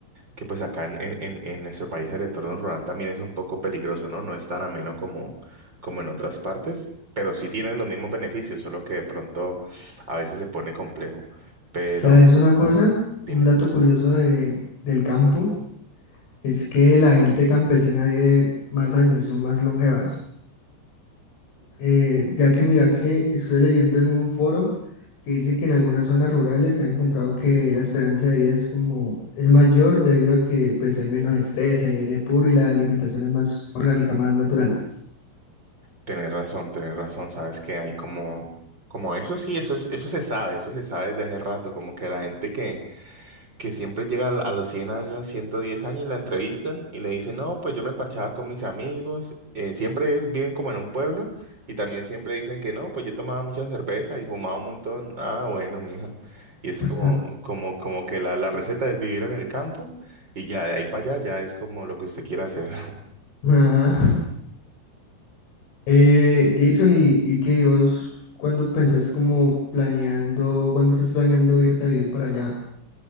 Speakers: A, on the right; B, on the left.
A: que pues acá en, en, en- en nuestro país el entorno rural también es un poco peligroso, ¿no? No es tan ameno como, como en otras partes, pero sí tienen los mismos beneficios, solo que de pronto a veces se pone complejo. Pero,
B: ¿Sabes una cosa?
A: dime.
B: Un dato curioso de, del campo es que la gente campesina vive más años, son más longevas. Eh, ya que mira que estoy leyendo en un foro que dicen que en algunas zonas rurales se ha encontrado que la esperanza de vida es como es mayor debido a que pues hay menos estrés, hay aire puro y la alimentación es más orgánica, más natural.
A: Tenés razón, tenés razón, sabes que hay como, como eso sí, eso es, eso se sabe, eso se sabe desde hace rato, como que la gente que, que siempre llega al- a los 100 años, 110 años, la entrevistan y le dicen, no, pues yo me parchaba con mis amigos, eh, siempre es- viven como en un pueblo y también siempre dicen que no, pues yo tomaba mucha cerveza y fumaba un montón, ah, bueno, mija, y es
B: <laughs>
A: como, como, como que la, la receta es vivir en el campo y ya de ahí para allá ya es como lo que usted quiera hacer.
B: Ajá. Eh, Jason, ¿y, y qué vos cuando pensás como planeando, cuando estás planeando irte a vivir para allá?